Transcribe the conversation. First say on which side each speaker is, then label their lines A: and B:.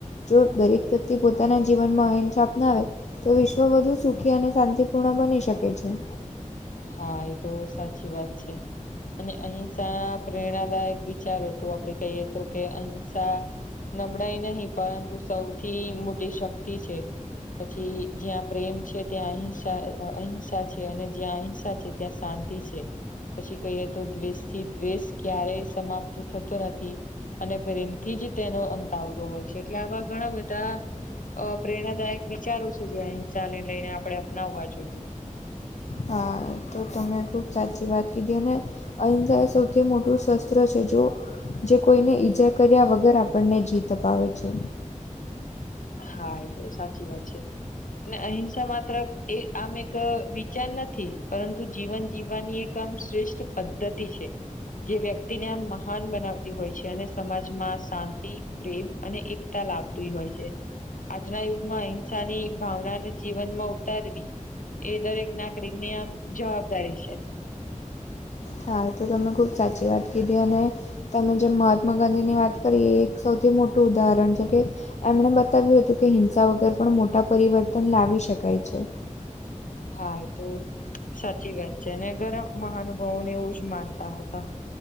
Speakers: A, on the left; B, on the left.
A: જો દરેક વ્યક્તિ પોતાના જીવનમાં અંસા ના આવે તો વિશ્વ વધુ સુખી અને શાંતિપૂર્ણ બની શકે છે.
B: હા એ તો સાચી વાત છે. અને અહિંસા ના પ્રેરણાદાયક વિચારો તો આપણે કહીએ તો કે અહિંસા નબળાઈ નહી પરંતુ સૌથી મોટી શક્તિ છે. પછી જ્યાં પ્રેમ છે ત્યાં અહિંસા અહિંસા છે અને જ્યાં અહિંસા છે ત્યાં શાંતિ છે. પછી કહીએ તો દ્વેષ થી દ્વેષ ક્યારેય સમાપ્ત થતો નથી. અને પ્રેમથી જ તેનો અંત આવતો હોય છે. એટલે આવા ઘણા બધાં અ પ્રેરણાદાયક વિચારો છે જે અહિંસાને લઈને આપણે અપનાવવા જોઈએ.
A: હા તો તમે ખૂબ સાચી વાત કીધી અને અહિંસા એ સૌથી મોટું શસ્ત્ર છે જો જે કોઈને ઈજા કર્યા વગર આપણને જીત અપાવે છે.
B: હા એ તો સાચી વાત છે. અને અહી સા માત્ર એ આમ એક વિચાર નથી. પરંતુ જીવન જીવવાની એક આમ શ્રેષ્ઠ પદ્ધતિ છે. જે વ્યક્તિને આમ મહાન બનાવતી હોય છે. અને સમાજમાં શાંત તી રે અને એકતા લાવતી હોય છે. આજના યુગમાં અહિંસાની ભાવનાને જીવનમાં ઉતારવી. એ દરેક નાગરિકની આમ જવાબદારી છે.
A: હા તો તમે ખૂબ સાચી વાત કીધી. અને તમે જે મહાત્મા ગાંધીની વાત કરી એ એક સૌથી મોટું ઉદાહરણ છે કે એમણે બતાવ્યું હતું કે હિંસા વગર પણ મોટા પરિવર્તન લાવી શકાય છે.
B: હા એ તો સાચી વાત છે. અને ઘરા મહાનુભાવોને એવું જ માનતા હતા.